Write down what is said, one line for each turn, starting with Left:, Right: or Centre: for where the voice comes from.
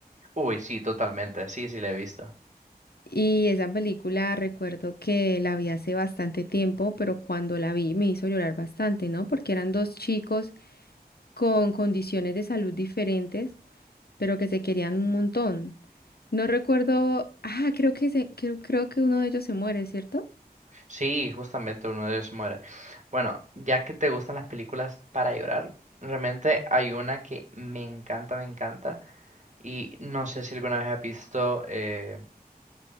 Right: Uy, sí, totalmente, sí, sí, le he visto.
Left: Y esa película recuerdo que la vi hace bastante tiempo, pero cuando la vi me hizo llorar bastante, ¿no? Porque eran dos chicos con condiciones de salud diferentes, pero que se querían un montón. No recuerdo. Ah, creo que se- creo, creo que uno de ellos se muere, ¿cierto?
Right: Sí, justamente uno de ellos se muere. Bueno, ya que te gustan las películas para llorar, realmente hay una que me encanta, me encanta. Y no sé si alguna vez has visto eh,